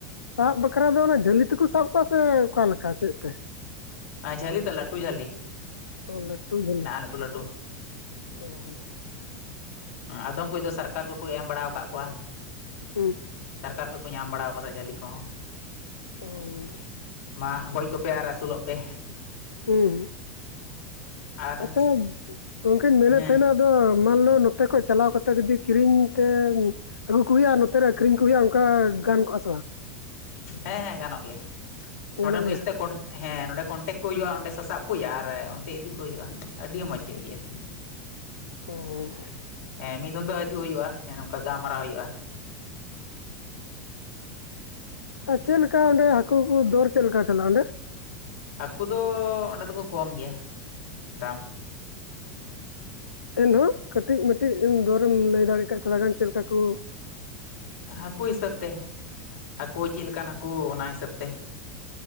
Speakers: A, on the left (about 80°); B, on the left (about 65°).
A: ᱥᱟᱵ ᱵᱟᱠᱷᱨᱟ ᱫᱚ ᱚᱱᱟ ᱡᱷᱟᱹᱞᱤ ᱛᱮᱠᱚ ᱥᱟᱵ ᱠᱚᱣᱟ ᱥᱮ ᱚᱠᱟᱞᱮ ᱞᱮᱠᱟ ᱪᱮᱫ ᱛᱮ?
B: ᱡᱷᱟᱹᱞᱤ ᱛ ᱞᱟᱹᱴᱩ ᱡᱷᱟᱹᱞᱤ᱾
A: ᱟ ᱞᱟᱹᱴᱩ ᱡᱷᱟᱞᱤ
B: ᱞᱟᱴᱩ ᱞᱟᱴᱩ
A: ᱚ
B: ᱟᱫᱚᱢ ᱠᱚᱫᱚ ᱥᱚᱨᱠᱟᱨ ᱠᱚᱠᱚ ᱮᱢ ᱵᱟᱲᱟ ᱟᱠᱟᱫ ᱠᱚᱣᱟ᱾
A: ᱦᱩᱸ
B: ᱥᱚᱨᱠᱟᱨ ᱠᱷᱚᱡ ᱠᱚ ᱧᱟᱢ ᱵᱟᱲᱟ ᱟᱠᱟᱫᱟ ᱡᱷᱟᱹᱞᱤ ᱠᱚᱦᱚᱸ᱾
A: ᱚᱻ
B: ᱢᱟ ᱜᱚᱡ ᱠᱚᱯᱮ ᱟᱨ ᱟᱹᱥᱩᱞᱚᱜ ᱯᱮ᱾
A: ᱦᱩᱸ ᱦᱩᱸ
B: ᱟᱨ
A: ᱟᱪᱷᱟ ᱜᱚᱝᱠᱮᱧ ᱢᱮᱱᱮᱫ
B: ᱦᱮᱸ
A: ᱛᱟᱦᱮᱱᱟ ᱫᱚ ᱢᱟᱱ ᱞᱚ ᱱᱚᱛᱮ ᱠᱷ ᱪᱟᱞᱟᱣ ᱠᱟᱛᱮ ᱡᱩᱚᱫᱤ ᱠᱤᱨᱤᱧ ᱢᱮᱛᱭᱟ ᱟᱹᱜᱩ ᱠᱚ ᱦᱩᱭᱩᱜᱼᱟ ᱱᱚᱛᱮ ᱨᱮ ᱟᱠᱷᱨᱤᱧ ᱠᱚ ᱦᱩᱭᱩᱜᱼᱟ ᱚᱱᱠᱟ ᱜᱟᱱ ᱠᱚᱜᱼᱟ ᱥᱮ ᱵᱟᱝ?
B: ᱦᱮᱸ ᱦᱮᱸ ᱜᱟᱱᱚᱜ ᱜᱮᱭᱟ ᱱᱚᱸᱰᱮᱱ
A: ᱜᱟᱱᱚᱜ
B: ᱠᱚ
A: ᱜᱮᱭᱟ?
B: ᱤᱥᱛᱮ ᱦᱮᱸ ᱱᱚᱸᱰᱮ ᱠᱚᱱᱴᱮᱠ ᱠᱚ ᱦᱩᱭᱩᱜᱼᱟ, ᱚᱸᱰᱮ ᱥᱟᱥᱵ ᱠᱚ ᱦᱩᱭᱩᱜᱼᱟ, ᱟᱨ ᱚᱱᱛᱮ ᱤᱫᱤ ᱠᱚ ᱦᱩᱭᱩᱜᱼᱟ ᱟᱹᱰᱤ ᱢᱚᱸᱡᱽ ᱦᱩᱭᱩᱜ ᱜᱮᱭᱟ᱾
A: ᱚᱻ
B: ᱦᱮᱸ ᱢᱤᱫ ᱫᱤᱱ ᱫᱚ ᱦᱤᱡᱩᱜ ᱦᱩᱭᱩᱜᱼᱟ, ᱦᱮᱸ ᱱᱚᱝᱠᱟ ᱜᱟᱞᱢᱟᱨᱟᱣ ᱦᱩᱭᱩᱜᱼᱟ᱾
A: ᱟᱨ ᱪᱮᱫ ᱞᱮᱠᱟ ᱚᱸᱰᱮ ᱦᱟᱠᱩ ᱠᱚ ᱫᱚᱨ ᱪᱮᱫ ᱞᱮᱠᱟ ᱪᱟᱞᱟᱜᱼᱟ ᱚᱸᱰᱮ?
B: ᱦᱟᱹᱠᱩ ᱫᱚ ᱚᱸᱰᱮ ᱫᱚᱠᱚ ᱠᱚᱢ ᱜᱮᱭᱟ ᱫᱟᱢ᱾
A: ᱮᱱᱦᱚᱸ ᱠᱟᱹᱴᱤᱡ ᱢᱴᱤᱡ ᱫᱚᱨᱮᱢ ᱞᱟᱹᱭ ᱫᱟᱲᱮᱭᱟᱜ ᱠᱷᱟᱱ ᱛᱷᱚᱲ ᱜᱟᱱ ᱪᱮᱫ ᱞᱮᱠᱟ ᱠᱚ?
B: ᱦᱟᱹᱠᱩ ᱦᱤᱥᱟᱹᱵ ᱛᱮ ᱦᱟᱹᱠᱩ ᱪᱮᱫ ᱞᱮᱠᱟᱱ ᱱᱟᱠᱩ ᱚᱱᱟ ᱦᱤᱥᱟᱹᱵ ᱛᱮ᱾